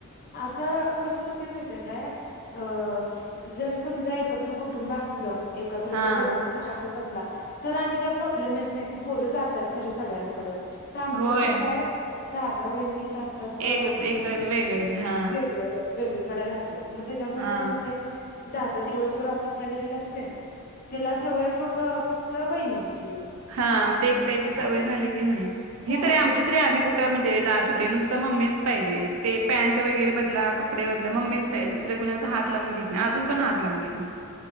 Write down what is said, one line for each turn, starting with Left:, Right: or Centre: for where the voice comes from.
Left: आता कसं हो ते माहिती काय अ जर समजा एकत्र कुटुंब असलं एकत्र
Right: हा
Left: जर व्यवस्थित राहत असतील तर आणि काही प्रॉब्लेम येत नाही त पोर जातात तरी सगळ्यांकड तर आमच्यात
Right: होय
Left: कसं आहे दादा वहिणी राहतात
Right: एक
Left: म्हणजे
Right: एक वेगवेगळ हा
Left: वेगळीकडे राहतात मग त्याच्यामुळे
Right: हा
Left: कसं होते दादा दादा दिवसभर ऑफिस ऑफिसला गेलेला असतोय त्याला सवय मग फक्त वहिणींची
Right: हा ते एकट्याची सवय झाली की नाही ही
Left: हा
Right: तरी आमची
Left: मग ते
Right: तरी
Left: कोणी
Right: आधी कुठं म्हणजे जे जात हो ते नुसतं मम्मीच पाहिजे ते पॅट वगैरे बदला कपडे बदला मम्मी दुसऱ्या कुणाचा हात लावून घेत नाही अजून पण हात लावून घेत नाही